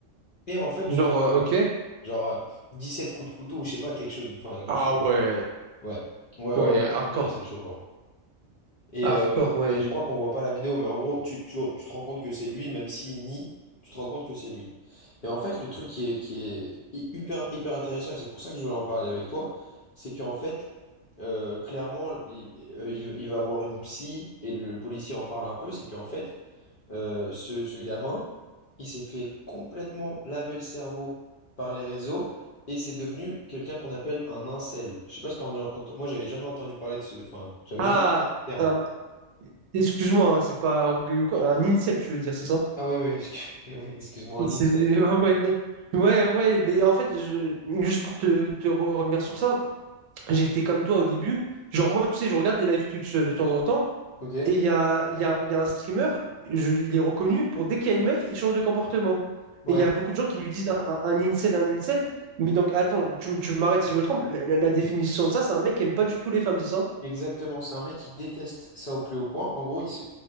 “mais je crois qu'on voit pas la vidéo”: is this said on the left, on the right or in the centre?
Left